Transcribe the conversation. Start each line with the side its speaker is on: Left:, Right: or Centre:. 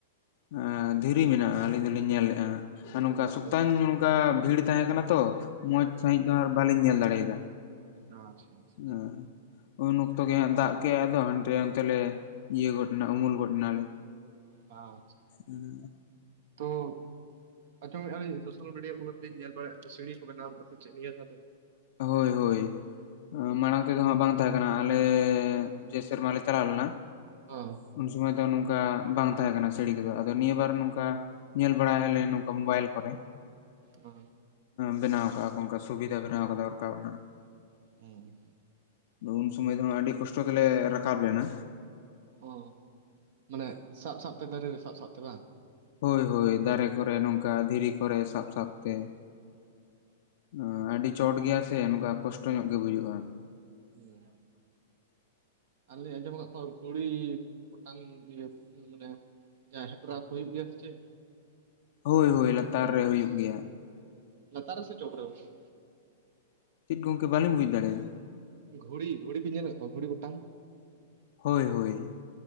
Left: ᱮ ᱸᱫᱷᱤᱨᱤ ᱢᱮᱱᱟᱜᱼᱟ ᱟᱹᱞᱤᱧ ᱫᱚᱞᱤᱧ ᱧᱮᱞ ᱞᱮᱜᱼᱟ ᱟᱨ ᱱᱚᱝᱠᱟ
Right: ᱦᱩᱸ
Left: ᱥᱚᱛᱟᱱ ᱚᱱᱫᱟ ᱵᱷᱤᱲ ᱛᱟᱦᱮᱸ ᱠᱟᱱᱟ ᱛᱚ ᱢᱚᱸᱡᱽ ᱥᱟᱹᱦᱤᱡ ᱫᱚ ᱵᱟᱞᱤᱧ ᱧᱮᱞ ᱫᱟᱲᱮᱭᱟᱫᱟ
Right: ᱚ ᱟᱪᱪᱷᱟ ᱟᱪᱪᱷᱟ
Left: ᱟᱸ ᱩᱱ ᱚᱠᱛᱚ ᱜᱮ ᱦᱟᱸᱜ ᱫᱟᱜ ᱠᱮᱫ ᱟᱫᱚ ᱦᱟᱱᱛᱮ ᱚᱱᱛᱮ ᱞᱮ ᱤᱭᱟᱹ ᱜᱚᱫ ᱮᱱᱟ ᱩᱢᱩᱞ ᱜᱚᱫ ᱮᱱᱟᱞᱮ
Right: ᱟᱪᱷᱟ
Left: ᱩᱸ
Right: ᱛᱚ ᱟᱸᱡᱚᱢᱮᱫᱼᱟᱤᱧ ᱥᱳᱥᱟᱞ ᱢᱤᱰᱤᱭᱟ ᱠᱚᱨᱮᱜᱮᱧ ᱧᱮᱞ ᱵᱟᱲᱟᱭᱼᱟ ᱛᱚ ᱥᱤᱨᱮᱤ ᱠᱚ ᱵᱮᱱᱟᱣᱠᱟᱫᱼᱟ ᱥᱮᱪᱮᱫ ᱱᱤᱭᱟᱹ ᱫᱷᱟ ᱫᱚ
Left: ᱦᱳᱭ ᱦᱳᱭ ᱢᱟᱲᱟᱝ ᱛᱮᱫᱚ ᱦᱟᱸᱜ ᱵᱟᱝ ᱛᱟᱦᱮᱸ ᱠᱟᱱᱟ ᱟᱞᱮ ᱡᱮ ᱥᱮᱨᱢᱟ ᱞᱮ ᱪᱟᱞᱟᱣ ᱞᱮᱱᱟ
Right: ᱚ
Left: ᱩᱱ ᱥᱚᱢᱚᱭ ᱫᱚ ᱱᱚᱝᱠᱟ ᱵᱟᱝ ᱛᱟᱦᱮᱸ ᱠᱟᱱᱟ ᱥᱟᱹᱲᱤ ᱠᱚᱫᱚ ᱟᱫᱚ ᱱᱤᱭᱟᱹ ᱵᱟᱨ ᱱᱚᱝᱠᱟ ᱧᱮᱞ ᱵᱟᱲᱟᱭᱟᱞᱮ ᱱᱚᱝᱠᱟ ᱢᱳᱵᱟᱭᱤᱞ ᱠᱚᱨᱮ
Right: ᱚ
Left: ᱵᱮᱱᱟᱣ ᱠᱟᱜᱼᱟ ᱠᱚ ᱚᱱᱠᱟ ᱥᱩᱵᱤᱫᱷᱟ ᱵᱮᱱᱟᱣ ᱠᱟᱫᱟ ᱨᱟᱠᱟᱵ ᱨᱮᱱᱟᱜ
Right: ᱦᱩᱸ
Left: ᱟᱫᱚ ᱩᱱ ᱥᱚᱢᱚᱭ ᱫᱚ ᱦᱟᱸᱜ ᱟᱹᱰᱤ ᱠᱚᱥᱴᱚ ᱛᱮᱞᱮ ᱨᱟᱠᱟᱵ ᱞᱮᱱᱟ
Right: ᱚ ᱢᱟᱱᱮ ᱥᱟᱵ ᱥᱟᱵ ᱛᱮ ᱫᱟᱨᱮ ᱨᱮ ᱥᱟᱵ ᱥᱟᱵ ᱛᱮ ᱵᱟᱝ
Left: ᱦᱳᱭ ᱦᱳᱭ ᱫᱟᱨᱮ ᱠᱚᱨᱮ ᱱᱚᱝᱠᱟ ᱫᱷᱤᱨᱤ ᱠᱚᱨᱮ ᱥᱟᱵ ᱥᱟᱵ ᱛᱮ ᱩᱸ ᱟᱹᱰᱤ ᱪᱚᱴ ᱜᱮᱭᱟ ᱥᱮ ᱱᱚᱝᱠᱟ ᱠᱚᱥᱴᱚ ᱧᱚᱜ ᱜᱮ ᱵᱩᱡᱷᱟᱹᱜᱼᱟ
Right: ᱦᱮᱸ ᱟᱹᱞᱤᱧ ᱟᱸᱡᱚᱢ ᱟᱠᱟᱫ ᱠᱚᱣᱟ ᱜᱷᱩᱲᱤ ᱚᱴᱟᱝ ᱤᱭᱟᱹ ᱢᱟᱱᱮ ᱡᱟ ᱦᱮᱯᱨᱟᱣ ᱠᱚ ᱦᱩᱭᱩᱜ ᱜᱮᱭᱟ ᱥᱮ ᱪᱮᱫ?
Left: ᱦᱳᱭ ᱦᱳᱭ ᱞᱟᱛᱟᱨ ᱨᱮ ᱦᱩᱭᱩᱜ ᱜᱮᱭᱟ
Right: ᱞᱟᱛᱟᱨ ᱨᱮ ᱥᱮ ᱪᱚᱴ ᱨᱮ ᱜᱚᱝᱠᱮ?
Left: ᱪᱤᱫ ᱜᱚᱝᱠᱮ ᱵᱟᱞᱤᱧ ᱵᱩᱡᱽ ᱫᱟᱲᱮᱭᱟᱫᱟ ᱾
Right: ᱜᱷᱩᱲᱤ ᱜᱷᱩᱲᱤ ᱵᱤᱱ ᱧᱮᱞ ᱟᱠᱟᱫ ᱠᱚᱣᱟ ᱜᱷᱩᱲᱤ ᱚᱴᱟᱝ?
Left: ᱦᱳᱭ ᱦᱳᱭ